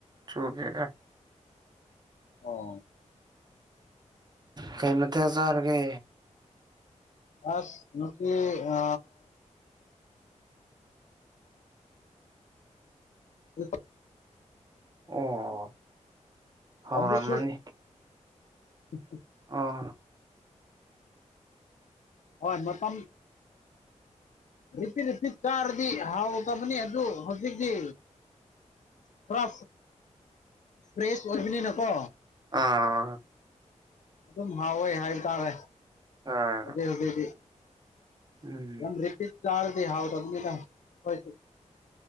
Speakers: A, on the right (about 35°); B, on the left (about 70°).
A: ꯆꯨꯗꯦꯗ
B: ꯑꯣ
A: ꯀꯩ ꯃꯊꯦꯜ ꯆꯥꯔꯒꯦ
B: ꯑꯁ ꯉꯁꯤ ꯑ <inaudible>
A: ꯑꯣ ꯍꯥꯥꯎꯔꯝꯃꯅꯤ
B: ꯕꯝꯕꯨ ꯁꯨꯠ <inaudible>
A: ꯑꯣ
B: ꯍꯣꯏ ꯃꯇꯝ <unintelligible> ꯆꯥꯔꯗꯤ ꯍꯥꯎꯗꯕꯅꯤ ꯑꯗꯨ ꯍꯧꯖꯤꯛꯇꯤ ꯄꯨꯔ ꯐ꯭ꯔꯦꯁ ꯑꯣꯏꯕꯅꯤꯅꯀꯣ
A: ꯑꯥ
B: ꯑꯗꯨꯝ ꯍꯥꯎꯋꯦ ꯍꯥꯏꯕ ꯇꯥꯔꯦ
A: ꯑꯥ
B: ꯍꯧꯖꯤꯛ ꯍꯧꯖꯤꯛꯗꯤ
A: ꯎꯝ
B: ꯌꯥꯝ ꯔꯤꯄꯤꯠ ꯆꯥꯔꯗꯤ ꯍꯥꯎꯇꯕꯅꯦꯕ ꯈꯣꯏ